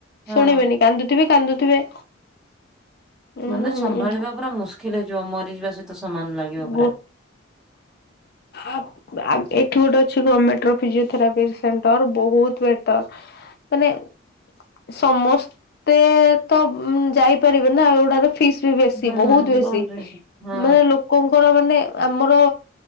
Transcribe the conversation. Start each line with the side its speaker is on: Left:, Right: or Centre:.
Centre: ହଁ
Left: ଶୁଣିବେନି କାନ୍ଦୁ ଥିବେ କାନ୍ଦୁଥିବେ। ଉଁ
Centre: ମାନେ ସମ୍ଭାଳିବା ପୁରା ମୁସ୍କିଲ ହେଇଯିବ ମରିଯିବା ସହିତ ସମାନ ଲାଗିବ ପୁରା।
Left: ଗୋ ଆ ଏଠି ଗୋଟେ ଅଛି ଗମେଣ୍ଟର ଫିଜିଓଥେରାପି ସେଣ୍ଟର ବୋହୁତ ବେଟର। ହେଲେ ସମସ୍ତେ ତ ଯାଇପାରିବେ ନା ଏଗୁଡ଼ାର ଫିସ୍ ତି ବେଶୀ
Centre: ହୁଁ
Left: ବୋହୁତ ବେଶୀ
Centre: ବହୁତ ହଁ
Left: ମାନେ ଲୋକଙ୍କର ମାନେ ଆମର